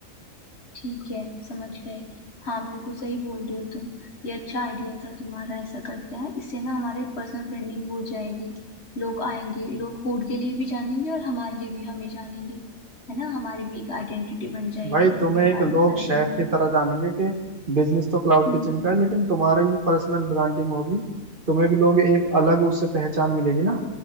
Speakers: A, on the left (about 50°); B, on the right (about 40°).
A: ठीक है समझ गए हाँ बिल्कुल सही बोल रहे हो तुम ये अच्छा आइडिया था तुम्हारा ऐसा करते हैं इससे ना हमारे पर्सनल ब्रांडिंग हो जाएगी लोग आएंगे लोग फूड के लिए भी जानेंगे और हमारे लिए भी हमें जानेंगे है ना हमारी भी एक आइडेंटिटी बन जाएगी
B: भाई तुम्हें
A: बढ़िया
B: एक
A: बात
B: लोग
A: बताइए
B: शेफ
A: तुमने
B: की तरह जानेंगे कि बिजनेस तो क्लाउड
A: हम्म
B: किचन का है लेकिन तुम्हारी भी पर्सनल ब्रांडिंग होगी तुम्हें भी लोग एक अलग उससे पहचान मिलेगी ना